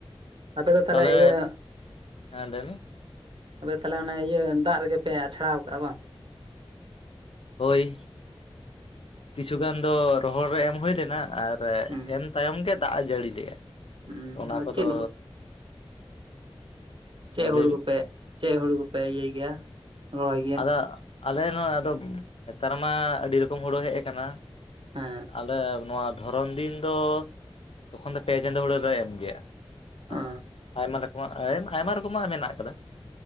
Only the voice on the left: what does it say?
ᱛᱟᱦᱚᱞᱮ
ᱦᱮᱸ ᱞᱟᱹᱭ ᱢᱮ
ᱦᱳᱭ᱾ ᱠᱤᱪᱷᱩᱜᱟᱱ ᱫᱚ ᱨᱚᱦᱚᱲ ᱨᱮ ᱮᱢ ᱦᱩᱭ ᱞᱮᱱᱟ ᱟᱨ
ᱮᱢ ᱛᱟᱭᱚᱢ ᱜᱮ ᱫᱟᱜ ᱮ ᱡᱟᱹᱲᱤᱞᱮᱼᱟ᱾
ᱚᱱᱟ
ᱠᱚᱫᱚ
ᱦᱮᱸ
ᱞᱟᱹᱭ ᱵᱤᱱ
ᱟᱫᱚ ᱟᱞᱮ ᱱᱚᱣᱟ ᱟᱫᱚ ᱱᱮᱛᱟᱨ ᱢᱟ ᱟᱹᱰᱤ ᱨᱚᱠᱚᱢ ᱦᱩᱲᱩ ᱦᱮᱡ ᱟᱠᱟᱱᱟ᱾
ᱟᱞᱮ ᱱᱚᱣᱟ ᱫᱷᱚᱨᱚᱢ ᱫᱤᱱ ᱫᱚ ᱛᱚᱠᱷᱚᱱ ᱫᱚ ᱯᱮ ᱪᱟᱸᱫᱚᱳ ᱦᱩᱲᱳᱞ ᱞᱮ ᱮᱢ ᱜᱮᱭᱟ᱾ ᱟᱨ
ᱟᱭᱢᱟ ᱨᱚᱠᱚᱢᱟᱜ ᱟᱭᱢᱟ ᱨᱚᱠᱚᱢᱟᱜ ᱢᱮᱱᱟᱜ ᱠᱟᱫᱟ᱾